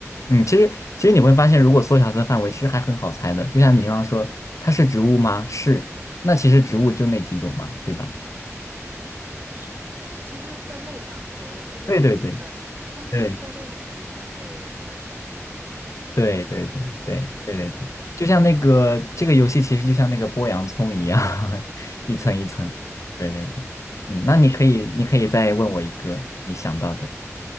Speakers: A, on the left; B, on the right.
A: 嗯，其实其实你会发现，如果缩小它的范围，其实还很好猜的，就像你刚刚说，它是植物吗？是，那其实植物就那几种嘛，对吧？
B: 对，也是，就是其实就是分类嘛，我的就是呃，
A: 对对对
B: 空间分类、
A: 对
B: 距离分类，然后嗯、呃就是分类缩小距离，
A: 对对对对对对对，
B: 嗯
A: 就像那个这个游戏，其实就像那个剥洋葱一样，<laughs> 一层一层，
B: 嗯，对，
A: 对对对，嗯，那你可以你可以再问我一个你想到的。
B: 确实确实。